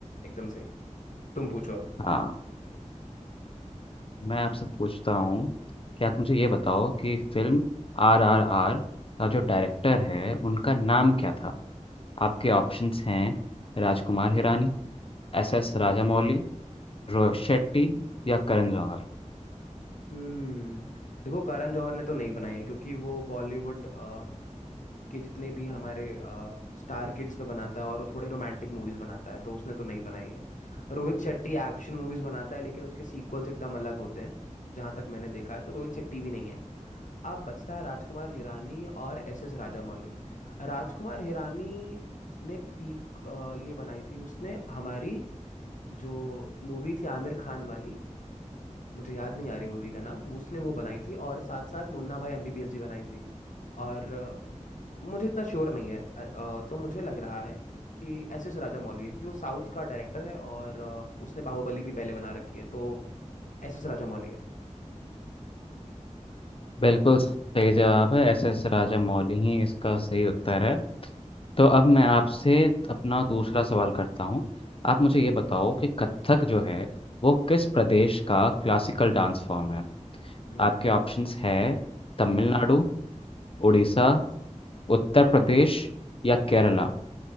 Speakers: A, on the left (about 80°); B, on the left (about 45°).
A: एकदम सही तुम पूछो अब
B: हाँ मैं आपसे पूछता हूँ कि आप मुझे ये बताओ कि फिल्म आर आर आर का जो डायरेक्टर है उनका नाम क्या था आपके ऑप्शंस हैं राजकुमार हिरानी एस एस राजामौली रोहित शेट्टी या करण जौहर
A: हम्म देखो करण जौहर ने तो नहीं बनाई है क्योंकि वो बॉलीवुड अ, के जितने भी हमारे स्टार किड्स पे बनाता है और वो थोड़े रोमांटिक मूवीज बनाता है तो उसने तो नहीं बनाई है रोहित शेट्टी एक्शन मूवीज बनाता है लेकिन उसके सीक्वल्स एकदम अलग होते हैं जहां तक मैंने देखा है तो रोहित शेट्टी भी नहीं है अब बचता है राजकुमार हिरानी और एस एस राजामौली राजकुमार हिरानी ने पीक ये बनाई थी उसने हमारी जो मूवी थी आमिर खान वाली मुझे याद नहीं आ रही मूवी का नाम उसने वो बनाई थी और साथ साथ मुन्ना भाई एमबीबीएस भी बनाई थी और अ, मुझे इतना श्योर नहीं है अ, अ, तो मुझे लग रहा है कि एस एस राजामौली है क्योंकि वो साउथ का डायरेक्टर है और अ, उसने बाहुबली भी पहले बना रखी है तो एस एस राजामौली है
B: बिल्कुल सही जवाब है एस एस राजामौली ही इसका सही उत्तर है तो अब मैं आपसे अपना दूसरा सवाल करता हूँ आप मुझे ये बताओ कि कथक जो है वो किस प्रदेश का क्लासिकल डांस फॉर्म है
A: हम्म
B: आपके ऑप्शंस है तमिलनाडु उड़ीसा उत्तर प्रदेश या केरला